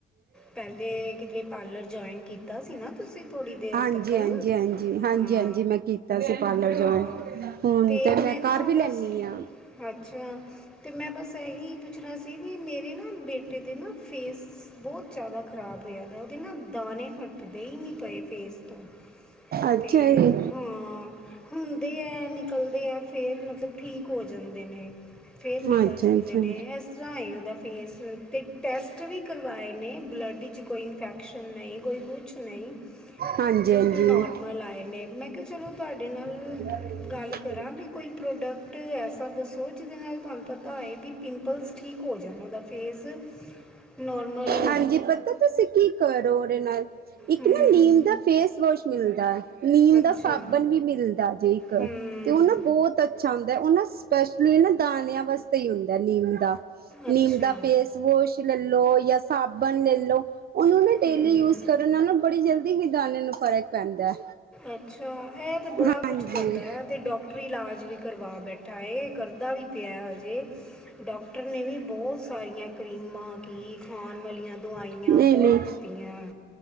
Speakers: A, in the centre; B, on the right.
A: ਪਹਿਲੇ ਕਿਧਰੇ ਪਾਰਲਰ ਜੁਆਇਨ ਕੀਤਾ ਸੀ ਨਾ ਤੁਸੀਂ ਥੋੜੀ ਦੇਰ
B: ਹਾਂਜੀ
A: ਤੱਕ ਨਾ
B: ਹਾਂਜੀ ਹਾਂਜੀ ਹਾਂਜੀ
A: ਹਾਂ
B: ਹਾਂਜੀ, ਮੈਂ ਕੀਤਾ ਸੀ ਪਾਰਲਰ
A: ਹਾਂ
B: ਜੁਆਇਨ
A: ਅਤੇ
B: ਹੁਣ ਤੇ ਮੈਂ
A: ਨਾ
B: ਘਰ
A: ਉਹ
B: ਵੀ
A: ਬਸ
B: ਲੈਣੀ ਆ।
A: ਅੱਛਾ ਤੇ ਮੈਂ ਬਸ ਇਹੀ ਪੁੱਛਣਾ ਸੀ ਵੀ ਮੇਰੇ ਨਾ ਬੇਟੇ ਦੇ ਨਾ ਫੇਸ ਬਹੁਤ ਜ਼ਿਆਦਾ ਖ਼ਰਾਬ ਹੋਇਆ ਵਾ। ਉਹਦੇ ਨਾ ਦਾਣੇ ਹਟਦੇ ਹੀ ਨਹੀਂ ਪਏ ਫੇਸ ਤੋਂ।
B: ਅੱਛਾ
A: ਤੇ
B: ਜੀ
A: ਹਾਂ। ਹੁੰਦੇ ਏ, ਨਿਕਲਦੇ ਹੈ, ਫਿਰ ਮਤਲਬ ਠੀਕ ਹੋ ਜਾਂਦੇ ਨੇ। ਫਿਰ ਨਿਕਲ
B: ਅੱਛਾ
A: ਜਾਂਦੇ
B: ਅੱਛਾ
A: ਨੇ। ਇਸ ਤਰ੍ਹਾਂ ਉਹਦਾ ਫੇਸ ਅਤੇ ਟੈਸਟ ਵੀ ਕਰਵਾਏ ਨੇ ਬਲੱਡ 'ਚ ਕੋਈ ਇਨਫੈਕਸ਼ਨ ਨਹੀਂ ਕੋਈ ਕੁਛ ਕੁਛ ਨਹੀਂ।
B: ਹਾਂਜੀ
A: ਬਿਲਕੁਲ
B: ਹਾਂਜੀ
A: ਨੋਰਮਲ ਆਏ ਨੇ। ਮੈਂ ਕਿਹਾ ਚਲੋ ਤੁਹਾਡੇ ਨਾਲ
B: <unintelligible>
A: ਗੱਲ ਕਰਾਂ ਵੀ ਕੋਈ ਪ੍ਰੋਬ ਪ੍ਰੋਡਕਟ ਐਸਾ ਦੱਸੋ? ਜਿਹਦੇ ਨਾਲ ਤੁਹਾਨੂੰ ਪਤਾ ਹੋਏ ਵੀ ਪਿੰਪਲਸ ਠੀਕ ਹੋ ਜਾਣ ਉਹਦਾ ਫੇਸ। ਹ <unintelligible> ਨੋਰਮਲ ਉ
B: ਹਾਂਜੀ, ਪਤਾ ਤੁਸੀਂ ਕੀ ਕਰੋ ਉਹਦੇ ਨਾਲ ਇੱਕ
A: ਹੂੰ
B: ਨਾ ਨੀਮ ਦਾ ਫੇਸ ਵੋਸ਼ ਮਿਲਦਾ। ਨੀਮ
A: ਅੱਛਾ
B: ਦਾ ਸਾਬਣ ਵੀ ਮਿਲਦਾ ਜੇ ਇੱਕ।
A: ਹੂੰ
B: ਤੇ ਉਹ ਨਾ ਬਹੁਤ ਅੱਛਾ ਹੁੰਦਾ। ਉਹ ਨਾ ਸਪੈਸ਼ਲੀ ਨਾ ਦਾਣਿਆਂ ਵਾਸਤੇ ਹੀ ਹੁੰਦਾ ਨੀਮ ਦਾ।
A: ਅੱਛਾ
B: ਨੀਮ ਫੇਸ ਵੋਸ਼ ਲਾ ਲੋ ਜਾਂ ਸਾਬਣ ਲੈ ਲੋ। ਉਹਨੂੰ ਨਾ ਡੇਲੀ
A: ਹੂੰ
B: ਯੂਜ ਕਰੋ। ਇਹਨਾਂ ਨੂੰ ਬੜੀ ਜਲਦੀ ਵੀ ਦਾਨਿਆ ਨੂੰ ਫਰਕ ਪੈਂਦਾ।
A: ਅੱਛਾ, ਇਹ ਤੇ ਬੜਾ
B: ਹਾਂਜੀ
A: ਕੁਛ ਕਰਦਾ ਹੈ ਤੇ ਡਾਕ ਡਾਕਟਰੀ ਇਲਾਜ ਵੀ ਕਰਵਾ ਬੈਠਾ ਹੈ। ਕਰਦਾ ਵੀ ਪਿਆ ਹਜੇ। ਡਾਕਟਰ ਨੇ ਵੀ ਬਹੁਤ ਸਾਰੀਆਂ ਕਰੀਮਾਂ ਕੀ, ਖਾਣ ਵਾਲੀਆਂ ਦਵਾਈਆਂ
B: ਨਹੀਂ
A: ਬਹੁਤ
B: ਨਹੀਂ
A: ਦਿੱਤੀਆਂ।